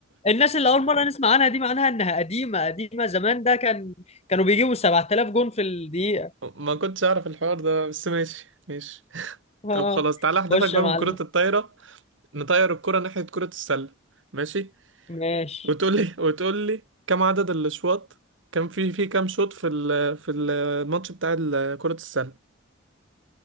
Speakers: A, on the left; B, on the right.
A: الناس اللي اول مرة نسمع عنها دي معناها انها قديمة قديمة زمان ده كان كانوا بيجيبوا 7000 جون في الدقيقة
B: <laughs> ما كنتش اعرف الحوار ده بس ماشي ماشي
A: اه
B: طب
A: آه.
B: خلاص تعالى احذفك
A: خش
B: بقى
A: يا معلم
B: من كرة الطايرة نطير الكرة ناحية كرة السلة ماشي
A: ماشي
B: وتقول لي وتقول لي كم عدد الاشواط كان في في كام شوط في ال- في الماتش بتاع ال- كرة السلة